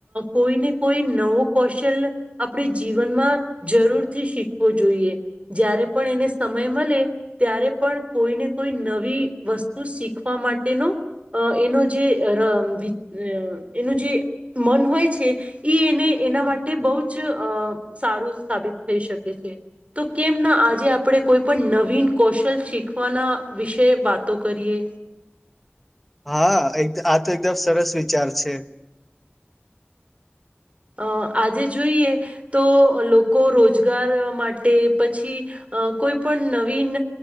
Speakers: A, on the right (about 30°); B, in the centre.
A: કોઈને કોઈ નવું કૌશલ આપણી જીવનમાં જરૂરથી શીખવું જોઈએ જ્યારે પણ એને સમય મળે ત્યારે પણ કોઈને કોઈ નવી વસ્તુ શીખવા માટેનો અ એનો જે ર વિ એનું જે મન હોય છે એને એના માટે બહુ જ અ સારું. સાબિત થઈ શકે છે તો કેમના આજે આપણે કોઈ પણ નવીન કૌશલ શીખવાના વિશે વાતો કરીએ?
B: હા એક આ તો એકદમ સરસ વિચાર છે.
A: અ આજે જોઈએ તો લોકો રોજગાર માટે પછી અ કોઈ પણ નવીન